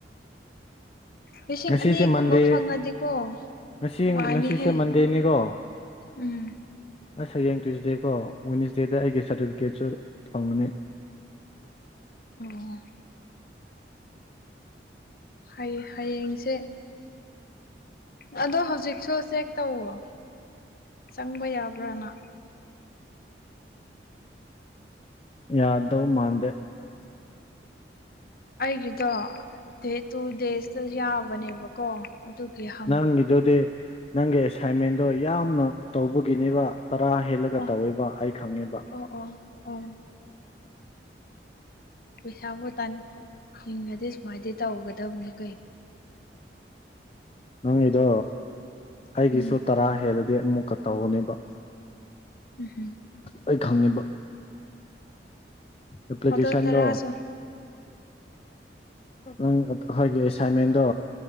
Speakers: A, on the left (about 50°); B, on the left (about 30°).
A: ꯂꯤꯁꯤꯡ
B: ꯉꯁꯤꯁꯦ
A: ꯑꯅꯤꯒꯨꯝꯕ
B: ꯃꯟꯗꯦ
A: ꯐꯪꯉꯥꯗꯤꯀꯣ
B: ꯉꯁꯤ
A: ꯅꯨꯡꯉꯥꯏꯅꯤꯍꯦ
B: ꯉꯁꯤꯁꯦ ꯃꯟꯗꯦꯅꯤꯀꯣ
A: ꯎꯝ꯫
B: ꯑꯁ ꯍꯌꯦꯡ ꯇ꯭ꯋꯁꯗꯦꯀꯣ ꯋꯤꯟꯅ꯭ꯁꯗꯦꯗ ꯑꯩꯒꯤ ꯁꯥꯔꯇꯤꯐꯤꯀꯦꯠꯁꯨ ꯐꯪꯒꯅꯤ
A: ꯑꯣ ꯍꯩ ꯍꯌꯦꯡꯁꯦ ꯑꯗꯣ ꯍꯧꯖꯤꯛꯁꯨ ꯆꯦꯛ ꯇꯧꯋꯣ ꯆꯪꯕ ꯌꯥꯕ꯭ꯔꯅ
B: ꯌꯥꯗꯧ ꯃꯥꯟꯗꯦ
A: ꯑꯩꯒꯤꯗꯣ ꯗꯦꯇꯨ ꯗꯦꯖꯇ ꯌꯥꯕꯅꯦꯕꯀꯣ ꯑꯗꯨꯒꯤ ꯍꯥ
B: ꯅꯪꯒꯤꯗꯨꯗꯤ ꯅꯪꯒꯤ ꯑꯦꯁꯥꯏꯟꯃꯦꯟꯗꯣ ꯌꯥꯝꯅ ꯇꯧꯕꯒꯤꯅꯦꯕ ꯇꯔꯥ ꯍꯦꯜꯂꯒ
A: ꯑꯣ
B: ꯇꯧꯋꯦꯕ ꯑꯩ ꯈꯪꯉꯦꯕ
A: ꯑꯣ ꯑꯥꯎ ꯄꯩꯁꯥꯕꯨ ꯇꯥꯟ ꯍꯤꯡꯉꯗꯤ ꯁꯨꯃꯥꯏꯅꯗꯤ ꯇꯧꯒꯗꯕꯅꯤ ꯀꯩꯅꯣ
B: ꯅꯪꯒꯤꯗꯣ ꯑꯩꯒꯤꯁꯨ
A: ꯎꯝ
B: ꯇꯔꯥ ꯍꯦꯜꯂꯗꯤ ꯑꯃꯨꯛꯀ ꯇꯧꯒꯅꯤꯕ
A: ꯎꯝ ꯍꯨꯝ
B: ꯑꯩ ꯈꯪꯉꯤꯕ ꯑꯦꯄ꯭ꯂꯤꯀꯦꯁꯟꯗꯣ
A: ꯑꯗꯣ ꯇꯔꯥꯁꯨ
B: ꯅꯪ ꯑꯩꯈꯣꯏꯒꯤ ꯑꯦꯁꯥꯏꯟꯃꯦꯟꯗꯣ